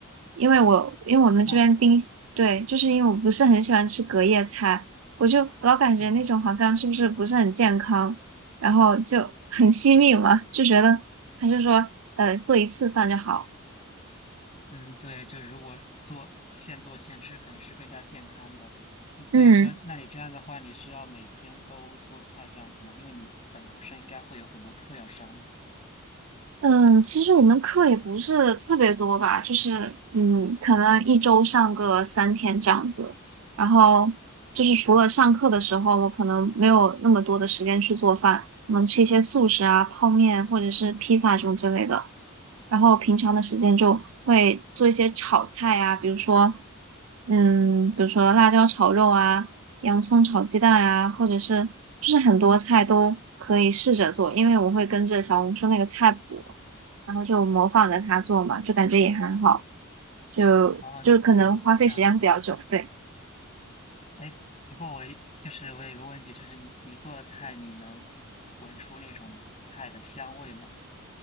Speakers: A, on the right (about 70°); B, on the left (about 30°).
A: 因为我因为我们这边冰箱对，
B: 那
A: 就是因为我不是很喜欢吃隔夜菜，我就老感觉那种好像是不是不是很健康，
B: 嗯
A: 然后就很 <laughs> 惜命嘛，就觉得还是说呃做一次饭就好。
B: 嗯，对，就如果做现做现吃，肯定是更加健康的。嗯所以说，
A: 嗯，
B: 那你这样的话，你是要每天都做菜这样子吗？因为你本科生应该会有很多课要上嘛。
A: 嗯，其实我们课也不是特别多吧，就是嗯，
B: 嗯，
A: 可能一周上个三天这样子。然后就是除了上课的时候，我可能没有那么多的时间去做饭，可能吃一些素食啊、泡面或者是披萨这种之类的。然后平常的时间就会做一些炒菜啊，比如说，嗯，比如说辣椒炒肉啊，洋葱炒鸡蛋呀、或者是就是很多菜都可以试着做，因为我会跟着小红书那个菜谱，然后就模仿着它做嘛，就感觉也很好，就就可能花费时间会比较久，
B: 哦那哦，这样子。
A: 对。
B: 哎，不过我一就是我有一个问题，就是你你做的菜，你能闻出那种菜的香味吗？